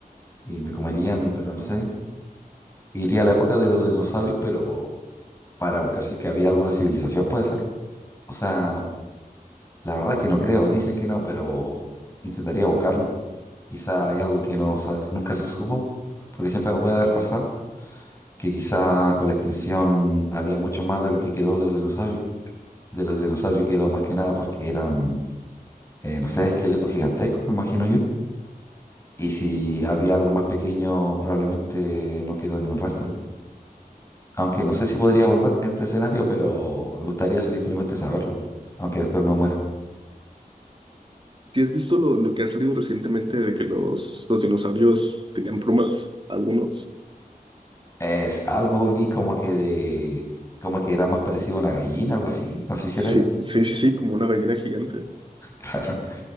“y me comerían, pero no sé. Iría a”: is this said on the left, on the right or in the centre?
Left